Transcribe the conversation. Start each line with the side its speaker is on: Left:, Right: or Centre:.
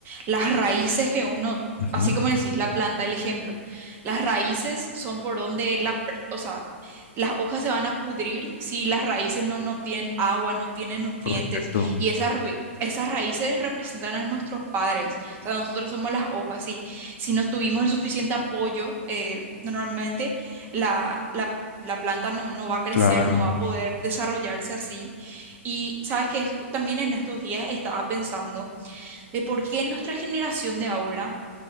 Right: las raíces que uno,
Left: Ujú,
Right: así como decís, la planta, el ejemplo, las raíces son por donde la, pr- o sea, las hojas se van a pudrir si las raíces no, no tienen agua, no tienen nutrientes,
Left: Correcto,
Right: y esas, rui- esas raíces representan a nuestros padres, o sea, nosotros somos las hojas, y si no tuvimos el suficiente apoyo, eh, normalmente la, la, la planta no, no va a crecer,
Left: claro.
Right: no va a poder desarrollarse así. Y sabes que es- también en estos días estaba pensando de por qué nuestra generación de ahora